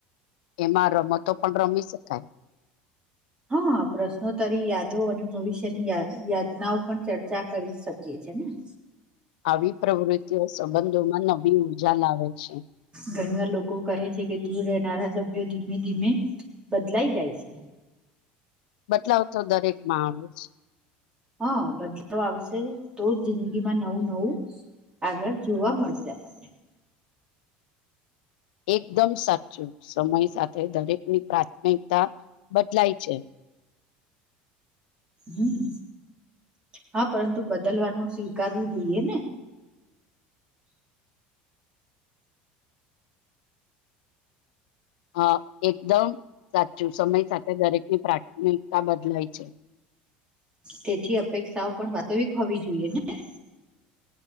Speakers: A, on the left; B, on the right.
A: એમાં રમતો પણ રમી શકાય
B: હા પ્રશ્નોત્તરી યાદો અને ભવિષ્યની યાદનાઓ પણ ચર્ચા કરી શકીએ છીએ છે ને
A: આવી પ્રવૃત્તિઓ સંબંધોમાં નવી ઉર્જા લાવે છે
B: ઘણી વાર લોકો કહે છે કે દૂર રહેનારા સભ્યો ધીમે ધીમે બદલાઈ જાય છે
A: બદલાવ તો દરેક માં આવે
B: હા બદલાવ આવશે તો જ જિંદગી માં નવું નવું આગળ જોવા મળશે આપણને
A: એકદમ સાચું સમય સાથે દરેક ની પ્રાથમિકતા બદલાય છે
B: હમ હા પરંતુ બદલવાનું સ્વીકારવું જોઈએ ને
A: <inaudible> હ એકદમ સાચું સમય સાથે દરેકની પ્રાથમિકતા બદલાય છે
B: તેથી અપેક્ષાઓ પણ વાસ્તવિક હોવી જોઈએ ને